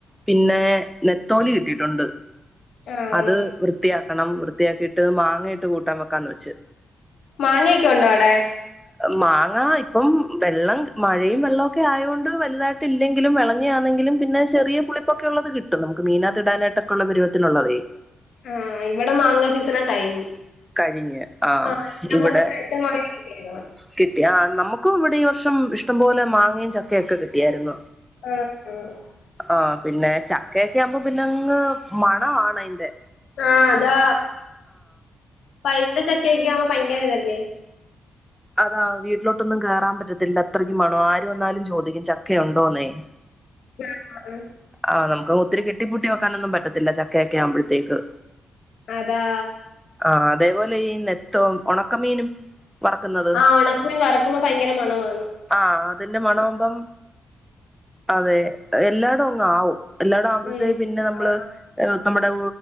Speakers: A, in the centre; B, on the left.
A: പിന്നെ നെത്തോലി കിട്ടിയിട്ടുണ്ട്.
B: ആഹ്
A: അത് വൃത്തിയാക്കണം. വൃത്തിയാക്കിട്ട് മാങ്ങയിട്ട് കൂട്ടാൻ വെക്കാന്ന് വെച്ച്.
B: മാങ്ങയൊക്കെ ഉണ്ടോ അടെ?
A: മാങ്ങ ഇപ്പം വെള്ളം മഴയും വെള്ളം ഒക്കെ ആയൊണ്ട് വലുതായി ട്ടില്ലെങ്കിലും വിളഞ്ഞ ആണെങ്കിലും പിന്നെ ചെറിയപുളിപ്പൊക്കെ ഉള്ളത് കിട്ടും. നമുക്ക് മീനകത്ത് ഇടാനായിട്ടൊക്കെ ഉള്ള പരുവത്തിനുള്ളതേ.
B: ആഹ് ഇവിടെ മാങ്ങാ സീസണ കഴിഞ്ഞ്.
A: കഴിഞ്ഞ് ആ
B: ആഹ് എല്ലാം
A: ഇവിടെ
B: <unintelligible> പഴുത്ത മാങ്ങ കിട്ടീന്നു.
A: കിട്ടി ആഹ് നമുക്കും ഇവിടെ ഈ വർഷം ഇഷ്ടംപോലെ മാങ്ങയും ചക്കയോക്കെ കിട്ടിയായിരുന്നു.
B: <unintelligible>
A: ആഹ് പിന്നെ ചക്കയൊക്കെ ആവുമ്പോ പിന്നങ്ങ് മണവാണ് അയിന്റെ.
B: ആഹ് അതാ പഴുത്ത ചക്കയൊക്കെ ആവുമ്പോ ഭയങ്കര ഇതല്ലേ.
A: അതാ. വീട്ടിലോട്ടൊന്നും കേറാൻ പറ്റത്തില്ല അത്രയ്ക്കും മണവാ ആര് വന്നാലും ചോദിക്കും ചക്കയുണ്ടോന്നേ.
B: <unintelligible>
A: ആഹ് നമുക്ക് ഒത്തിരി കെട്ടിപ്പൂട്ടി വെക്കാനൊന്നും പറ്റത്തില്ല ചക്കയൊക്കെ ആവുമ്പഴ്ത്തേക്ക്.
B: അതാ.
A: ആഹ് അതേപോലെ ഈ നെത്തോം ഒണക്കമീനും. വറ്ക്കുന്നത്
B: ആ ഒണക്കമീൻ വറക്കുമ്പോ ഭയങ്കര മണവാണ്
A: ആഹ് അതിന്റെ മണാവുമ്പം അതെ എല്ലായിടും അങ്ങ് ആവും. എല്ലായിടം ആവുമ്പോഴ്ത്തേ
B: ഉം
A: പിന്നെ നമ്മള്
B: ആ
A: ഏഹ് നമ്മുടെ